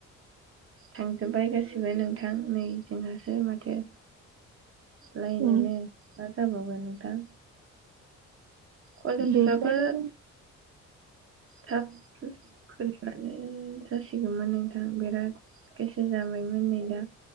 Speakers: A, on the right; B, on the right.
A: थांजोब्बाय गासिबो नोंथां नै जोंहासो माथो लाइनायानो
B: औ
A: जाबावगोन नोंथां कलेजफ्राबो
B: बेनिफ्राय औ
A: थाब <inaudible> जासिगौमोन नोंथां बिराद गोसो जाबायमोन नै दा